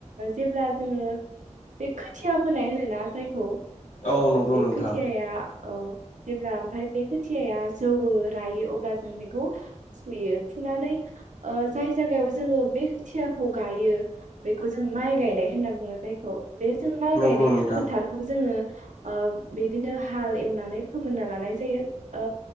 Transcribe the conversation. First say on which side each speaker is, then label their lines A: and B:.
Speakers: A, on the right (about 75°); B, on the left (about 70°).
A: जेब्ला जोंङो बे खोथिया फोनाय होनो ना जायखौ
B: औ
A: ओ
B: नंगौ
A: बे
B: नोंथां
A: खोथियाया औ जेब्ला ओमफ्राय बे खोथियाया जोवौ रायो अब्ला जों बेखौ फुयो फुनानै ओ जाय जायगायाव जोंङो बे खोथियाखौ गायो बेखौ जों माइ गायनाय होनना बुंङो जायखौ बे जों माइ
B: नंगौ
A: गायनाय
B: नोंथां
A: फोथारखौ जोंङो ओ बिदिनो हाल एवनानै फोमोनना लानाय जायो ओ